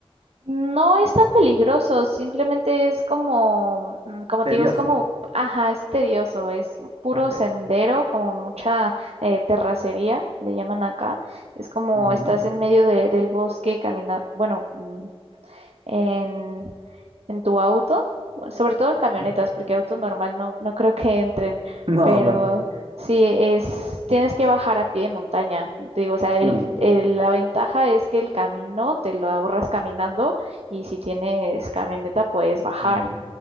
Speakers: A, on the right; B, on the right.
A: no es tan peligroso, simplemente es como, mm, como
B: tedioso.
A: te digo, es como, ajá, es tedioso, es puro
B: Ok.
A: sendero, como mucha eh, terracería, le llaman acá. Es como
B: ujú,
A: estás en medio de- del bosque caminando, bueno. mm, en, en tu auto, bueno, sobre todo en camionetas,
B: <laughs>
A: porque auto normal no, no creo que entren,
B: No,
A: pero
B: no.
A: sí es, tienes que bajar a pie de montaña, como te digo, o sea, el,
B: ujú,
A: el- la ventaja es que el camino te lo ahorras caminando y si tienes camioneta puedes bajar.
B: Mm,